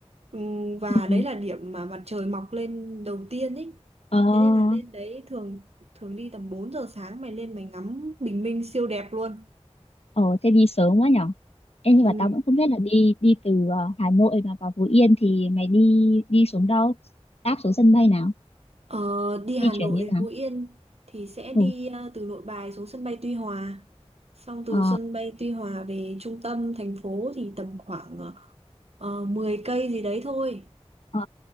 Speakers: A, on the right; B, on the left.
A: Ừm, và
B: ừ,
A: đấy là điểm mà mặt trời mọc lên đầu tiên ấy
B: ờ
A: thế nên là lên đấy thường thường đi tầm 4 giờ sáng mày lên mày ngắm bình minh siêu đẹp luôn
B: ờ thế đi sớm quá nhở? em nhưng
A: Ừ.
B: mà tao vẫn không biết là đi đi từ ờ, Hà Nội mà vào Phú Yên thì mày đi đi xuống đâu? Đáp xuống sân bay nào?
A: Ờ, đi Hà
B: Di
A: Nội,
B: chuyển như nào?
A: Phú Yên thì sẽ đi
B: Ừ.
A: ờ, từ Nội Bài xuống sân bay Tuy Hòa. Xong từ
B: Ờ
A: sân bay Tuy Hòa về trung tâm thành phố thì tầm khoảng ờ, 10 cây gì đấy thôi.
B: ờ